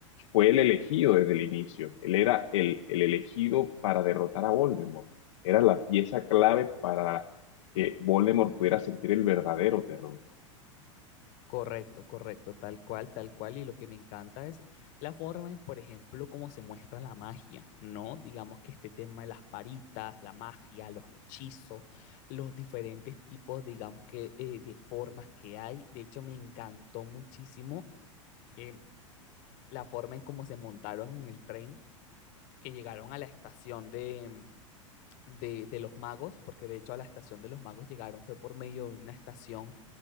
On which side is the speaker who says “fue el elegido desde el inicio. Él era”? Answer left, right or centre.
Left